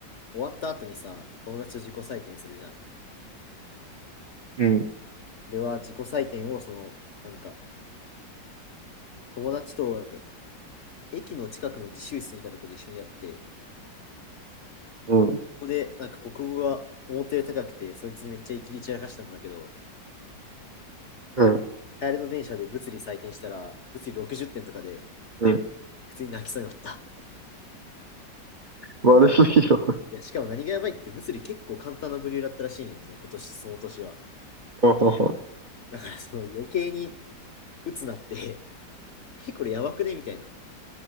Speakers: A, on the left; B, on the right.
A: 終わった後にさ、友達と自己採点するじゃん。
B: うん。
A: 俺は自己採点を、その、なんか、友達と、なんか、駅の近くの自習室みたいなとこで一緒にやって、こ
B: うん。
A: こで、なんか、国語が思ったより高くて、そいつにめっちゃイキリ散らかしたんだけど、
B: うん。
A: 帰りの電車で物理採点したら、物理60点とかで、
B: うん
A: 普通に泣きそうになった。
B: 悪すぎるわ。
A: しかも、いや、しかも何がやばいって、物理結構簡単な部類だったらしいんよ、その今年、その年は。
B: <laughs> あはは
A: だから、その余計に鬱なって、<laughs> え、これやばくねみたいな。